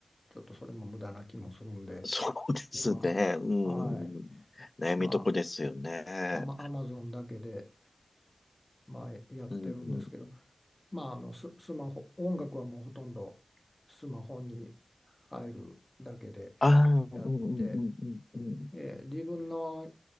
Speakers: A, on the left; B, on the left.
A: ちょっとそれも無駄な気もするんで、
B: そうですね。
A: 今、
B: うん。
A: はい、
B: 悩みどこですよね。
A: まあ、アマ、アマゾンだけで、まあ、やってるんですけど、
B: うん。
A: まあ、あのス、スマホ、音楽はもうほとんどスマホに入るだけで
B: ああ、うんうんうんうんうん。
A: やって、えー自分の、